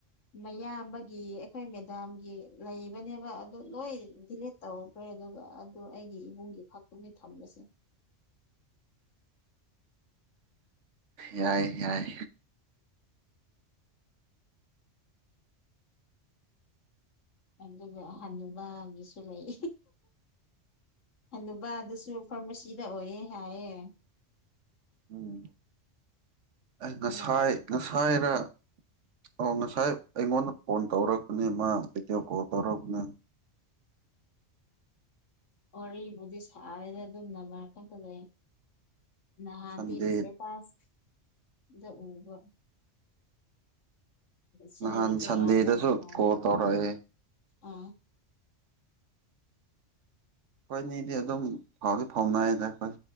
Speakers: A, on the left; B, on the right.
A: ꯃꯌꯥꯝꯕꯒꯤ ꯑꯩꯈꯣꯏ ꯃꯦꯗꯥꯝꯒꯤ ꯂꯩꯕꯅꯦꯕ ꯑꯗꯨ ꯂꯣꯏ ꯑꯩ ꯗꯤꯂꯦꯠ ꯇꯧꯈ꯭ꯔꯦ ꯑꯗꯨꯒ ꯑꯗꯨ ꯑꯩꯒꯤ ꯏꯕꯨꯡꯒꯤ ꯈꯛꯇꯨꯡꯗꯤ ꯊꯝꯂꯁꯦ
B: ꯌꯥꯏ ꯌꯥꯏ
A: ꯑꯗꯨꯒ ꯍꯕꯒꯤꯁꯨ ꯂꯩ ꯑꯅꯕꯥ ꯑꯗꯨꯁꯨ ꯐꯥꯔꯃꯥꯁꯤꯗ ꯑꯣꯏꯌꯦꯦ ꯍꯥꯏꯌꯦ
B: ꯎꯝ ꯑꯩ ꯉꯁꯥꯏ
A: ꯑꯃꯨꯛꯀ
B: ꯉꯁꯥꯏꯅ ꯑꯣ ꯉꯁꯥꯏ ꯑꯩꯉꯣꯟꯗ ꯐꯣꯟ ꯇꯧꯔꯛꯄꯅꯦ ꯃꯥ ꯚꯦꯗꯤꯑꯣ ꯀꯣꯜ ꯇꯧꯔꯛꯄꯅꯦ
A: ꯑꯔ ꯗꯤꯁ ꯑꯜꯔ ꯀ ꯂꯩ ꯅꯍꯥꯟꯗꯤ
B: ꯁꯟꯗꯦ
A: ꯏꯁꯀ ꯄꯥꯁ ꯗ ꯎꯕ ꯁꯤꯅꯔꯤ
B: ꯅꯍꯥꯟ
A: ꯀꯌꯥꯅ
B: ꯁꯟꯗꯦꯗꯁꯨ
A: ꯑꯍ
B: ꯀꯣꯜ ꯇꯧꯔꯛꯑꯦ
A: ꯑ
B: ꯍꯣꯏꯅꯦꯗꯤ ꯑꯗꯨꯝ ꯐꯥꯎꯗꯤ ꯐꯥꯎꯅ ꯍꯥꯏꯗ ꯑꯩꯈꯣꯏ